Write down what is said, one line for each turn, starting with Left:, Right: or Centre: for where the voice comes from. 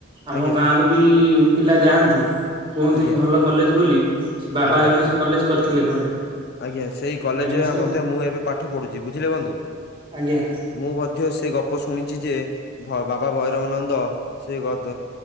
Right: ଆମ
Left: ଆଜ୍ଞା
Right: ଗାଁରୁ ବି ପିଲା ଯାଆନ୍ତି। କୁହନ୍ତିିଭି
Left: ଆଜ୍ଞା
Right: ଭଲ କଲେଜ ବୋଲି। ସେ ବାବା
Left: ଆଜ୍ଞା
Right: ଜଣେ ସେ କଲେଜ କରିଥିଲେ କୁଆଡେ।
Left: ଆଜ୍ଞା, ସେଇ କଲେଜରେ
Right: ଆଜ୍ଞା ସେ
Left: ଆ ମଧ୍ୟ ମୁଁ ଏବେ ପାଠ ପଢୁଛି ବୁଝିଲେ ବନ୍ଧୁ।
Right: ଆଜ୍ଞା
Left: ମୁଁ ମଧ୍ୟ ସେ ଗ ଅପ ଶୁଣିଛି ଯେ ବାବା ଭୈରବ ନନ୍ଦ ସେ ଗଦ୍